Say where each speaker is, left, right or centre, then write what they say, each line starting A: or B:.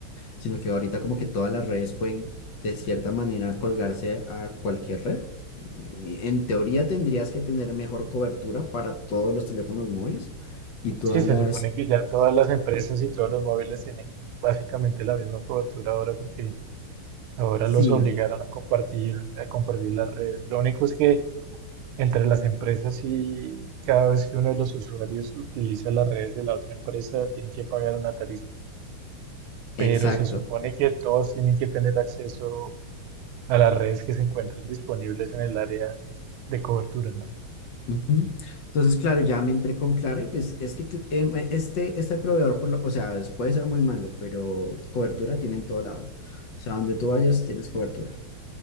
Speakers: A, on the left; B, on the right.
A: sino que ahorita como que todas las redes pueden de cierta manera colgarse a cualquier red. Y en teoría tendrías que tener mejor cobertura para todos los teléfonos móviles y todas
B: Sí, se
A: las...
B: supone que ya todas las empresas y todos los móviles tienen básicamente la misma cobertura ahora porque ahora
A: Sí,
B: los obligaron a compartir, a compartir las redes. Lo único es que entre las empresas y cada vez que uno de los usuarios utiliza las redes de la otra empresa, tienen que pagar una tarifa.
A: exacto.
B: Pero se supone que todos tienen que tener acceso a las redes que se encuentren disponibles en el área de cobertura, ¿no?
A: Ujú. Entonces, claro, ya me entré con Claro y pues es que cl- em, eh, este, este proveedor, por lo- o sea, es- puede ser muy malo, pero cobertura tiene en todo lado. O sea, donde tú vayas tienes cobertura,